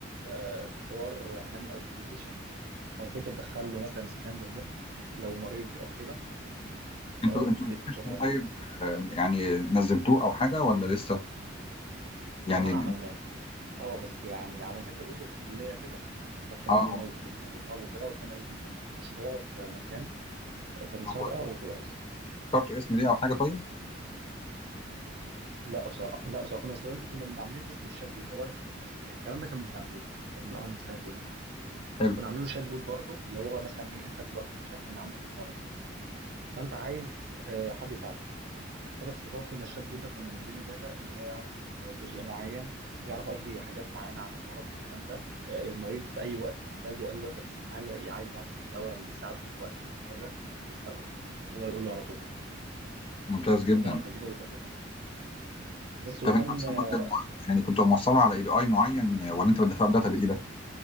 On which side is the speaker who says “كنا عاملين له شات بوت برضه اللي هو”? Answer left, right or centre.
Right